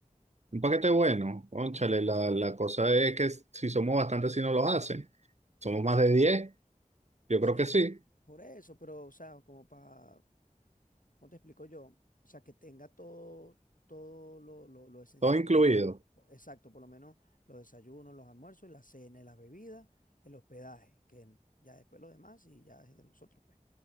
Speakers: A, on the right; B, on the left.
A: Un paquete bueno, cónchale,
B: Ujú.
A: la, la cosa es que si somos bastantes, si no los hacen. Somos más de 10. yo
B: Sí,
A: creo que
B: po-
A: sí,
B: por eso, pero, o sea, como para, ¿cómo te explico yo? O sea, que tenga todo, todo lo, lo- lo esencial,
A: todo incluido.
B: pero por lo menos, po- exacto, por lo menos los desayunos, los almuerzos, la cena, y las bebidas, el hospedaje, que ya después lo demás y ya es de nosotros, pues.